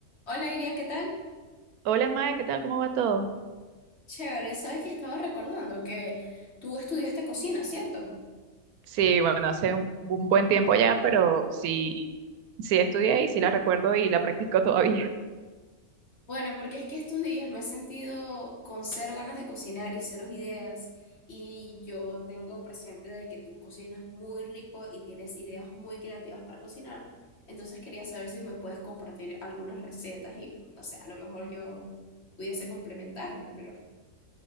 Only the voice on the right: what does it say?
Hola Maya, ¿qué tal? ¿Cómo va todo?
Sí, bueno, hace un, un buen tiempo ya, pero sí, sí estudié y sí la recuerdo y la practico <laughs> todavía.